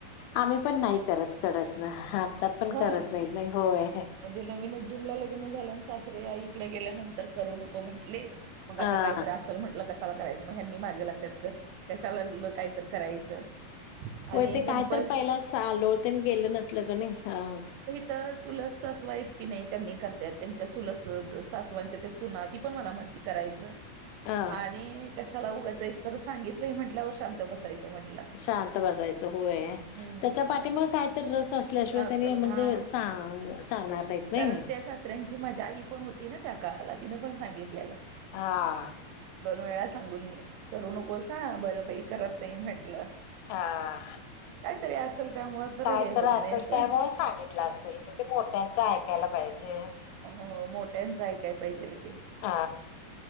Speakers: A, on the left (about 80°); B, on the right (about 80°).
A: आम्ही पण नाही करत कडसन आमच्यात पण
B: होय
A: करत नाहीत. नाही होय.
B: म्हणजे नविनच जून ला लग्न झाल आणि सासरे आई कडे गेल्यानंतर करू नको म्हटले. मग आता
A: अ
B: कायतरी असल म्हटलं, कशाला करायचं मग ह्यांनी माग लागतात कर कशाला कायतरी करायचं. आणि
A: वय ते काय
B: गणप
A: तर पहिला सालोळतेनी गेलं नसल का नाही, हा.
B: तर चुलस सासवा आहेत की नाही त्यांनी करत्यात, त्यांच्या चुलत सासवांच्या त्या सुना, ती पण मला म्हणती करायचं.
A: अ
B: आणि कशाला उगच, एकतर सांगितलय म्हंटल्यावर शांत बसायचं म्हटलं.
A: शांत बसायचं होय.
B: हम्म
A: त्याच्या पाठीमाग काय तर रस असल्याशिवाय
B: असल
A: त्यांनी म्हणजे
B: हा
A: सांग सांगणार नाहीत. नाही.
B: कारण, त्या सासऱ्यांची माझी आई पण होती ना त्या काळाला तिन पण सांगितलेलं.
A: हा
B: दोन वेळा सांगून ये, करू नकोस आ, बरं बाई करत नाही म्हंटलं.
A: हा,
B: काहीतरी असेल त्यामुळ
A: काय
B: हे
A: तर
B: होत
A: असल,
B: नाही असं.
A: त्यामुळ सांगितलं असत. ते मोठ्याचं ऐकायला पाहिजे.
B: हो मोठ्याचं ऐकाय पाहिजेल की.
A: आ,